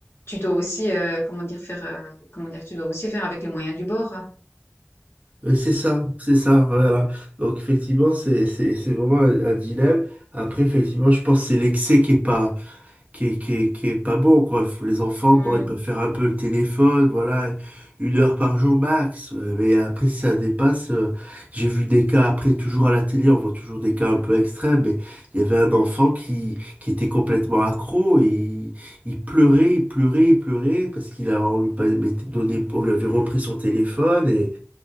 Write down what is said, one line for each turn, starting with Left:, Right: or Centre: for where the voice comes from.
Left: tu dois aussi, euh, comment dire, faire... euh, comment dire, tu dois aussi faire avec les moyens du bord. hein.
Right: euh, c'est ça, c'est ça, voilà. Donc effectivement, c'est c'est- c'est vraiment un, un dilemme. Après, effectivement, je pense que c'est l'excès qui est pas qui est, qui est, qui est pas bon, quoi. Faut- Les enfants,
Left: Hmm.
Right: bon, ils peuvent faire un peu le téléphone, voilà, une heure par jour max. Euh, Mais après, si ça dépasse, euh, j'ai vu des cas après, toujours à la télé, on voit toujours des cas un peu extrêmes, mais il y avait un enfant qui, qui était complètement accro et il, il pleurait, il pleurait, il pleurait parce qu'il a, on lui, pas- mettait- donné, on lui avait repris son téléphone et,